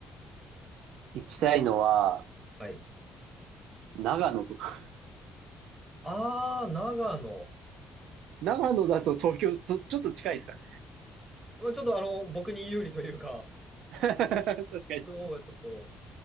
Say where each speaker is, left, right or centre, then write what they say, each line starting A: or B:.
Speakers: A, on the right (about 85°); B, on the right (about 15°).
A: 行きたいのは、
B: はい。
A: 長野とか。
B: ああ、長野。
A: <laughs> 長野だと東京と、ちょっと近いですかね。
B: まあ、ちょっとあの、僕に有利というか、
A: <laughs> 確かに。
B: 僕の方がちょっと、